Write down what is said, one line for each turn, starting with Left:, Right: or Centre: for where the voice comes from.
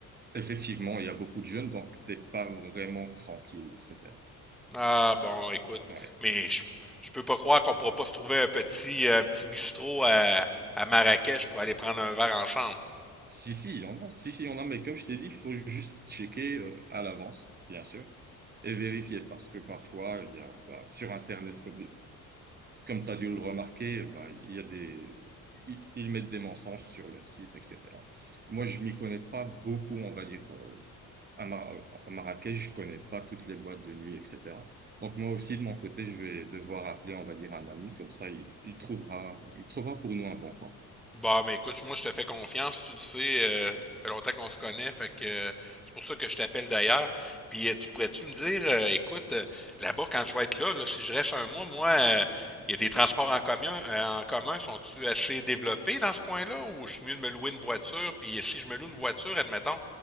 Right: Effectivement, il y a beaucoup de jeunes, donc t'es pas vraiment tranquille, etc.
Centre: Ah bon, écoute,
Right: Ouais.
Centre: mais je, je peux pas croire qu'on pourra pas se trouver un petit, euh, un petit bistrot à, à Marrakech pour aller prendre un verre ensemble.
Right: Si, si, il y en a. Si, si, il y en a, mais comme je t'ai dit, il faut juste checker euh, à l'avance, bien sûr, et vérifier, parce que parfois, il y a bah, sur Internet, comme, comme tu as dû le remarquer, bah, il y a des, ils, ils mettent des mensonges sur le site, etc. Moi, je m'y connais pas beaucoup, on va dire, euh, à, Mar- à Marrakech, je connais pas toutes les boîtes de nuit, etc. Donc, moi aussi, de mon côté, je vais devoir appeler, on va dire, un ami, comme ça, il, il trouvera, il trouvera pour nous un bon coin.
Centre: Bah, mais écoute, moi, je te fais confiance, tu le sais. euh, ça fait longtemps qu'on se connaît, fait que euh, c'est pour ça que je t'appelle d'ailleurs. Puis, euh, tu pourrais-tu me dire, euh, écoute, euh, là-bas, quand je vais être là, là, si je reste un mois, moi, euh, il y a des transports en commun, euh, en commun, sont-tu assez développés dans ce coin-là, ou je suis mieux de me louer une voiture? Puis, si je me loue une voiture, admettons,